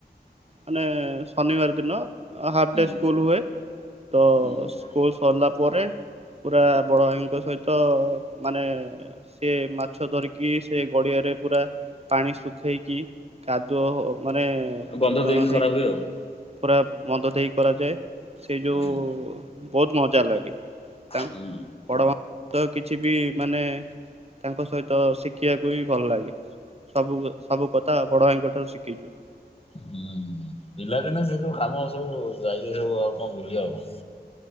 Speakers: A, on the right; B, on the left.
A: ମାନେ ଶନିବାର ଦିନ ହାଫ୍
B: ହୁଁ
A: ଡେ ସ୍କୁଲ ହୁଏ। ତ
B: ହୁଁ
A: ସ୍କୁଲ ସରିଲା ପରେ ପୁରା ବଡ଼ ଭାଇ ତଙ୍କ ସହିତ ମାନେ ସେ ମାଛ ଧରିକି ସେ ଗଡ଼ିଆରେ ପୁରା ପାଣି ଶୁଖେଇକି କାଦୁଅ ମାନେ ଅ
B: ବନ୍ଧ ଦେଇକି
A: ହେଇକି
B: କରାହୁଏ ଆଉ।
A: ପୁରା ବନ୍ଧ ଦେଇ କରାଯାଏ ସେଇ
B: ହୁଁ
A: ଯେଉଁ ବହୁତ ମଜା ଲାଗେ। ତା
B: ହୁଁ।
A: ପଡ଼ ମା। ତ କିଛି ବି ମାନେ ତାଙ୍କ ସହିତ ଶିଖିବାକୁ ବି ଭଲ ଲାଗେ। ସବୁ ସବୁ କଥା ବଡ଼ ଭାଇଙ୍କଠାରୁ ଶିଖିଛୁ।
B: ହୁଁ ପିଲା ଦିନେ ସେ ଯବୁ କାମ ସବୁ ଯାଇକି ସବୁ ଆଉ କଣ ଭୁଲି ହବ।